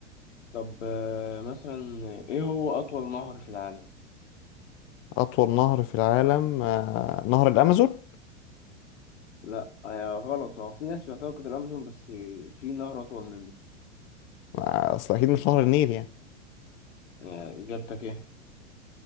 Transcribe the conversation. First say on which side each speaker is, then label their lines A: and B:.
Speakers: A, on the left; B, on the left.
A: طب آه، مثلا ايه هو اطول نهر في العالم
B: أطول نهر في العالم آه نهر الأمازون
A: لا آه، غلط هو في ناس بتعتقد الامازون بس في نهر اطول منه
B: آه أصل أكيد مش نهر النيل يعني
A: آه، اجابتك ايه